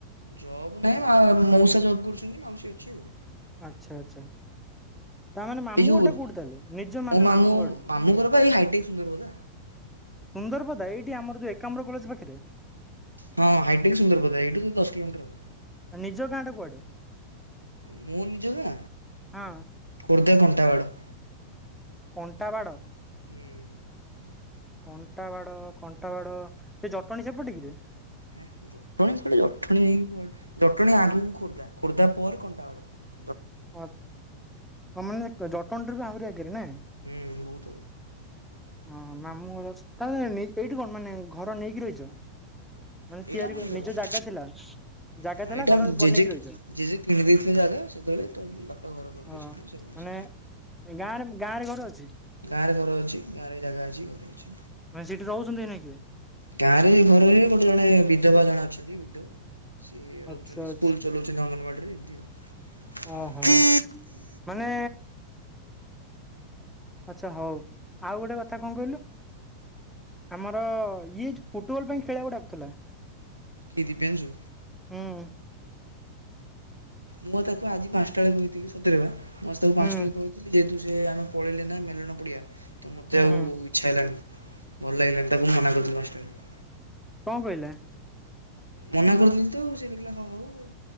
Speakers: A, on the right; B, in the centre.
A: ଜବ୍ ନାହିଁ ମଉସା ଜବ୍ କରୁଛନ୍ତି ମାଉସୀ ଅଛି ଆଉ।
B: ଆଚ୍ଛା ଆଚ୍ଛା। ତାମାନୋନେ ମାମୁଁ
A: ଏଇ ଯୋଉ
B: ଘଟା କୋଉଠିଥିଲେ ନିଜ
A: ମୋ
B: ମାନେ ମାମୁଁ ଘରେ?
A: ମାମୁଁ ଘର ବା ଏଇ ହାଇଟେକ୍ ସୁନ୍ଦରପଦା।
B: ସୁନ୍ଦରବଦା ଏଇଠି ଆମର ଯୋଉ ଏକାମ୍ର କଲେଜ ପାଖରେ।
A: ହଁ ହାଇଟେକ୍ ସୁନ୍ଦର ପ ଏଇ ଟ ତ ଦଶ କିଲୋମିଟରଉ
B: ଆ ନିଜ ଗାଁ ଟା କୁଆଡେ
A: ମୋ ନିଜ କଁ
B: ହଁ
A: ଖୋର୍ଦ୍ଧା କଣ୍ଟାବାଡ଼।
B: କଣ୍ଟାବାଡ଼।
A: ହୁଁ
B: କଣ୍ଟା ବାଡ କଣ୍ଟା ବାଡ ସେ ଜଟଣୀ ସେପଟେ କି ରେ
A: ହେ ଜଟଣୀ ଠି ଜଟଣୀ ହେଇ କୁଆଡେ ଜଟଣୀ ଆଗକୁ ଖୋର୍ଦ୍ଧା ଖୋର୍ଦ୍ଧା ପରେ କଣ୍ଟାବା
B: ହ ତା ମାନେ ଜଟଣୀ ଠାରୁ ବି ଆହୁରି ଆଗରେ ନା
A: ହୁଁ ବହୁତ
B: ହଁ ମାମୁଁ ଘର ଅଛନ୍ତି ତ ତା ମାନେ ଏଇଠି କଣ ମାନେ ଘର ନେଇକି ରହିଛ। ମାନେ
A: ଏଇଟା
B: ତିଆରି
A: ଆମ
B: ନିଜ
A: ଘର।
B: ଜାଗା ଥିଲା ଜାଗା
A: ହଁ
B: ଥିଲା
A: ଏଇଟା
B: ଘର
A: ଜେଜେ
B: ବନେଇକି ରହିଛ।
A: ଜେଜେ କିଣି ଦେଇଥିଲେ ଜାଗା ସେତେବେଳେ ତ ବାପ ଘର କରିଦେଇଛନ୍ତି
B: ହଁ
A: ସବୁ ମିଶି
B: ମାନେ ଗାଁରେ ଗାଁରେ ଘର ଅଛି
A: ଗାଁରେ ଘର ଅଛି। ଗାଁରେ ଜାଗା ଅଛି ଘର ଅଛି।
B: ମାନେ ସେଇଠି ରହୁଛନ୍ତି ଏନା କିଏ
A: ଗାଁରେ ଘରେ ଗୋଟେ ଜଣେ ବିଧବା ଜଣେ ଅଛନ୍ତି ବିଧ ସିଏ ରହୁଛନ୍ତି
B: ଆଚ୍ଛା ଆଚ୍ଛା
A: ସ୍କୁଲ ଚଲଉଛନ୍ତି ଅଙ୍ଗନବାଡିରେ ସମିତି ଆଉ
B: ଓହୋ
A: ହୁଁ
B: ମାନେ ଆଚ୍ଛା ହଉ ଆଉ ଗୋଟେ କଥା କଣ କହିଲୁ। ଆମର ଇଏ ଯଉ ଫୁଟବଲ ପାଇଁ ଖେଳିବା କୁ ଡାକୁଥିଲା।
A: କି ଦିବ୍ୟାଂଶୁ
B: ହୁଁ।
A: ମୁଁ ତାକୁ ଆଜି ପାଞ୍ଚଟା ବେଳେ କହିଥିଲି ସତରେ ବା। ମୁଁ ଆଜି ତାକୁ ପାଞ୍ଚ
B: ହୁଁ
A: ଟା ବେଳେ କହିଥିଲି ଯେହେତୁ ସେ ଆମେ ପଳେଇଲେ ନା ମେଲନ ପଡିଆ ତ ମୋତେ
B: ହୁଁ
A: ଆଉ
B: ହୁଁ
A: ଇଚ୍ଛା ହେଲାନି ଭଲ ଲାଗିଲାନି ତାକୁ ମନା କରଥିଲି ପାଞ୍ଚଟା ବେଳେ।
B: କଣ କହିଲା?
A: ମନା କରିଦେଲି ତ ସେ ଦେଖିଲା ହଁ ହଉ,